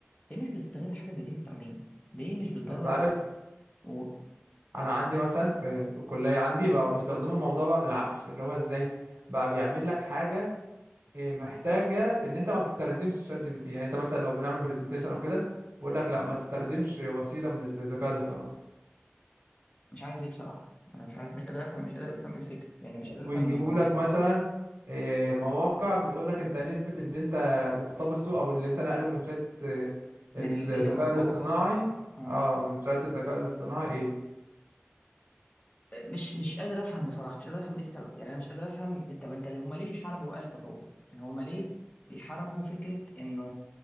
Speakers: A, on the left; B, on the right.
A: ليه مش بتستغل حاجة زي دي في التعليم ليه مش بتدرب
B: انت عارف
A: الت- ومش
B: انا عندي مثلا في في الكلية عندي بقى بيستخدموا الموضوع بقى بالعكس اللي هو ازاي بقى بيعمل لك حاجة إيه، محتاجه ان انت ما بتستخدمش شات جي بي تي يعني انت مثلا لو بنعمل برزنتيشن او كده بقول لك لا ما تستخدمش وسيله من الذكاء الاصطناعي
A: عارف ليه بصراحة أنا مش عارف مش قادر أفهم مش قادر أفهم إيه الفكرة يعني مش قادر
B: ويجيبوا
A: أفهم
B: لك مثلا إيه، مواقع بتقول لك انت نسبه اللي انت مقتبسه او اللي انت نقله من شات إيه،
A: من
B: الذكاء
A: ال- أي مواقع
B: الاصطناعي
A: تواصل آه.
B: اه من شات الذكاء الاصطناعي ايه
A: مش مش قادر افهم بصراحه مش قادر افهم ايه السبب يعني انا مش قادر افهم طب انت هما ليه بيحاربوا بقى التطور يعني هما ليه بيحاربوا فكره انه